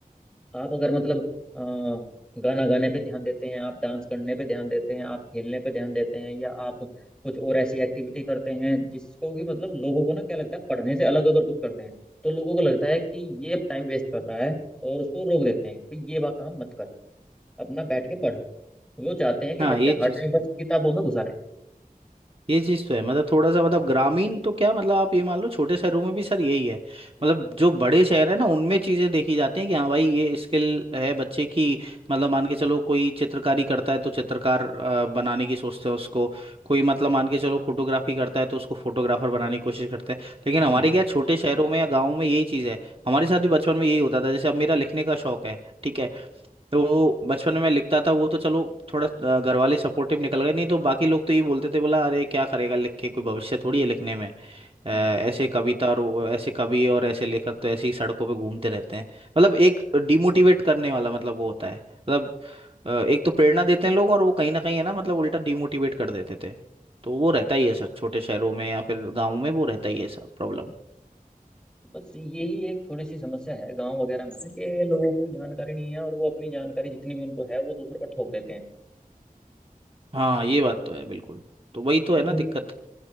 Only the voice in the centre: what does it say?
आप अगर मतलब अ, गाना गाने पे ध्यान देते हैं आप डांस करने पे ध्यान देते हैं आप खेलने पे ध्यान देते हैं या आप कुछ और ऐसी एक्टिविटी करते हैं जिसको कि मतलब लोगों को ना क्या लगता है पढ़ने से अलग अगर कुछ करते हैं तो लोगों को लगता है कि ये टाइम वेस्ट कर रहा है और उसको रोक देते हैं कि भाई ये वाला काम मत कर अपना बैठ के पढ़ वो चाहते हैं कि
बच्चा
हर
टाइम
बस
किताबों में घुसा रहे
हम्म
हम्म
बस यही एक थोड़ी सी समस्या है गांव वगैरह में ना कि लोगों को जानकारी नहीं है और वो अपनी जानकारी जितनी भी उनको है वो दूसरों पर थोप देते हैं
तो